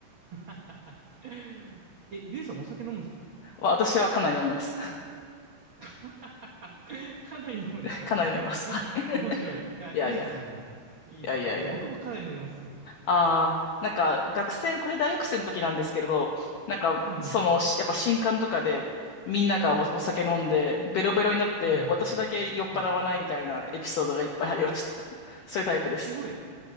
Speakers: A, on the right (about 80°); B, on the left (about 75°).
A: <laughs> え、ゆえさんお酒飲むんですか
B: わ私はかなり飲みます。
A: <laughs> かなり飲むんですか
B: <laughs> かなり飲みます。はい。<laughs>
A: 面白い。いや、
B: いやいや、
A: いいっすね。
B: い
A: いいっすね。
B: やいやいや。
A: え、僕もかなり飲みますよ。
B: ああ、なんか学生、これ大学生の時なんですけれど、なんかその、
A: あはいはい。
B: しやっぱ新刊とかでみんながお、
A: はい。
B: お酒飲んでベロベロになって私だけ酔っ払わないみたいなエピソードがいっぱいありました。
A: うんうん。はい。あ、
B: <laughs> そういうタイプです。
A: すごい。